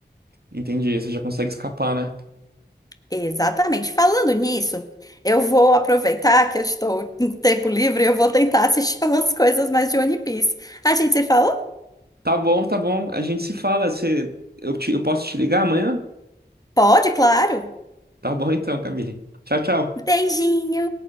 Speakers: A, on the right; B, on the left.
A: Entendi, você já consegue escapar, né?
B: Exatamente. Falando nisso, eu vou aproveitar que eu estou em tempo livre e eu vou tentar assistir <laughs> umas coisas mais de One Piece. A gente se fala?
A: Tá bom, tá bom. A gente se fala. Você, eu, te- eu posso te ligar amanhã?
B: Pode, claro.
A: Tá bom então, Camille. Tchau, tchau.
B: Beijinho.